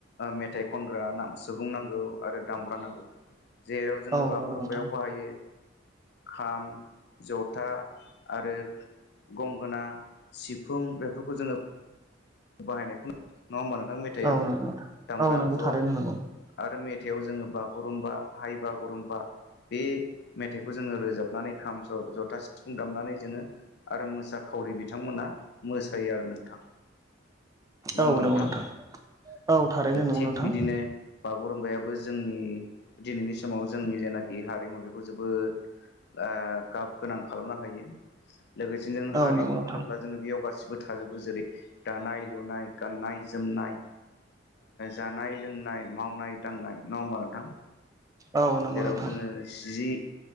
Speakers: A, on the left (about 60°); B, on the right (about 20°).
A: मेथाइ खनग्रा सुबुं नांगौ आरो दामग्रा नांगौ जेराव जोङो
B: औ
A: बागुरुमबायाव
B: नंगौ नोंथां
A: बाहायो
B: <inaudible>
A: खाम जथा आरो गंगोना सिफुं बेफोरखौ जोङो बाहायनायखौ नङा होमबा नोंथां मेथाइआव
B: औ नंगौ नोंथां
A: दामग्रा
B: औ नंगौ
A: आगजुआव
B: थारैनो नंगौ
A: आरो मेथ थायाव जोङो बागुरुम्बा हाइ बागुरुम्बा बे मेथाइखौ जोङो रोजाबनानै खाम सर जथा सिफुं दामनानै जोङो आरो मोसाखावरि बिथांमोना मोसायो आरो नोंथां नाङा
B: औ
A: होनबा
B: नंगौ
A: नोंथां
B: नोंथां औ थारैनो नंगौ नोंथां
A: बिदिनो बागुरुमबायाबो जोंनि दिनैनि समाव जोंनि जेनाखि हारिमु बेखौ जोबोद गाब गोनां खालामनो हायो लोगोसेनो जों हारिमु
B: औ नंगौ नोंथां
A: होनोब्ला जोङो बेयाव गासिबो थाजोबो जेरै दानाय लुनाय गाननाय जोमनाय जानाय लोंनाय मावनाय दांनाय नङा होमबा नोंथां
B: औ नंगौ
A: जेराव
B: नोंथां
A: जोङो जि